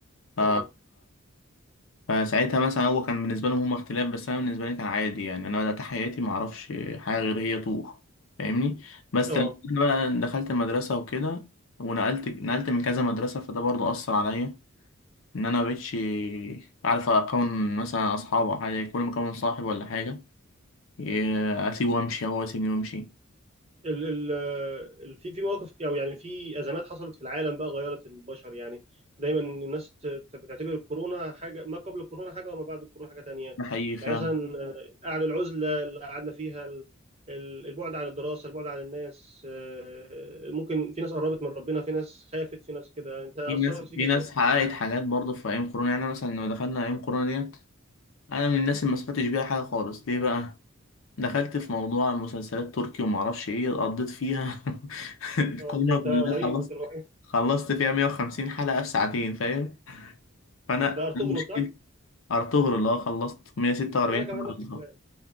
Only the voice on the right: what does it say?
اه
اه
ال ال ال في في مواقف او يعني في ازمات حصلت في العالم بقى غيرت البشر يعني دايما الناس ت- ت- بتعتبر الكورونا حاجه ما قبل الكورونا حاجه وما بعد الكورونا حاجه تانية
يعني مثلا آه، قعد العزله اللي قعدنا فيها ال- ال- البعد عن الدراسه البعد عن الناس آه، ممكن في ناس قربت من ربنا في ناس خافت في ناس كده انت اثرت
فيك
ازاي؟
اه ده انت
غريب
انت الوحيد
ده ارطغرل
صح؟
انا كمان
نفس
الكلام